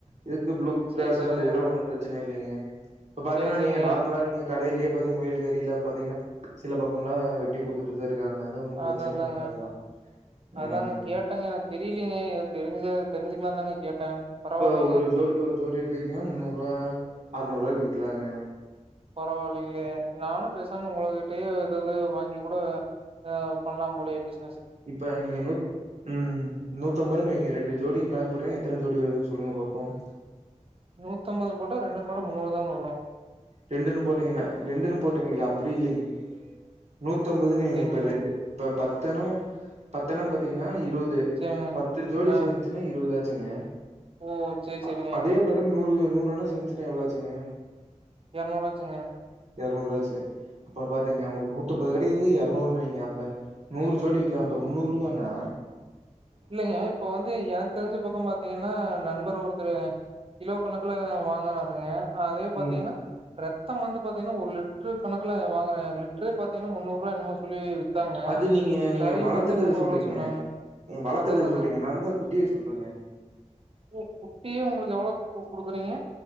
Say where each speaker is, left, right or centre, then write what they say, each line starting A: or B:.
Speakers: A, on the right; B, on the right.
A: இதுக்கு ப்ளூ கிராஸ்
B: சேரி சேரிங்க
A: அந்த இதெலா ஒன்றும் பிரச்சனை இல்லைங்க இப்போ பாத்தீங்கன்னா
B: சேரி சேரிங்க
A: நீங்க நார்மலாக நீங்க கடையிலேயே பாத்தீங்கன்னா முயல் கறியில பாத்தீங்கன்னா சில பக்கம்லா வெட்டி குடுத்துட்டுதா இருக்காங்க அது ஒண்ணும்
B: அததாங்க
A: பிரச்சனை இல்லைங்க அதெல்லாம்.
B: அதாங்க
A: ம்.
B: கேட்டேங்க எனக்கு தெரியலீங்க என தெரிஞ்ச தெரிஞ்சிக்கலா தாங்க கேட்டே பரவாயில்லைங்க
A: இப்ப ஒரு ஜோடி ஒரு ஜோடி எடுத்துக்கிட்டீங்க முன்னூறு ரூபா அத இரநூறுபாய்க்கு விக்கலாங்க
B: பரவாயில்லைங்களையே நானு பேசாம உங்களகிட்டயே ஏதாவது வாங்கி கூட அஹ் பண்ணலா போலயே பிஸ்
A: இப்ப நீங்க நூத் உம் நூத்தம்பதுனு வைங்க ரெண்டு ஜோடி கணக்குப்படுவங்க எத்தன ஜோடி வருதுனு சொல் சொல்லுங்க பாப்போம்
B: நூத்தன்ம்பது போட்டா ரெண்டு போட்டம் முன்னூறு தாங்க வரும்
A: ரெண்டுன்னு போட்டீங்கன்னா ரெண்டுன்னு போட்டீங்க இ அப்படி இல்லைங் நூத்தம்பதுனு வைங்க
B: சேரிங்க
A: இப்ப ரெண்டு இப்ப பத்தனம் பத்தனம் பாத்தீங்கன்னா இருபது
B: சேரிங்க.
A: பது பத்து ஜோடி
B: ஆ
A: சேர்ந்துசுன்னா இருபது ஆச்சு சிங்க
B: ஓ சேரி
A: அ
B: சேரிங்க.
A: அதே பாத்தீங்கன்னா நூறு நூறனம் சேந்துச்சுன்னா எவ்ளவு செரிங்க
B: இரநூறு ஆச்சுங்க
A: இரநூறு ஆச்சு அப்புறோ பாத்துக்கோங்க உங்களுக்கு நூத்தம்பது இப்ப இது இரநூறுனு வைங்க அப்ப நூறு ஜோடி விக்கலாம் அப்ப முன்னூறு ரூவானா
B: இல்லைங்க இப்ப வந்து எனக்கு தெரிஞ்ச பக்கம் பாத்தீங்கன்னா நண்பர் ஒரு குடுக்கறா கிலோ கணக்குல வாங்குறானுங்க ஆஹ் அதே பாாரத்தீங்கன்னா
A: ம்
B: ரத் மொத்தம் வந்து பாத்தங்கன்னா ஒரு லிட்டரு கணக்கல வாங்கறேன் லிட்டரே பாத்தீங்கன்னா முன்னூறுபா என்னமோ சொல்லி வித்தாங்க
A: அது நீங்க நீங்க
B: கறி
A: வளர்த்துறது
B: வந்து முன்னூறு
A: சொல்றீங்க.
B: ரூபா சொன்னாங்க
A: நீங்க வளத்துறத
B: அதா அதாங்க.
A: சொல்றீங்க நான் வந்தா குட்டியே சொல்றேங்க
B: ஓ குட்டியே உங்களுக்கு எவ்வளோக்கு கு குடுக்குறீங்க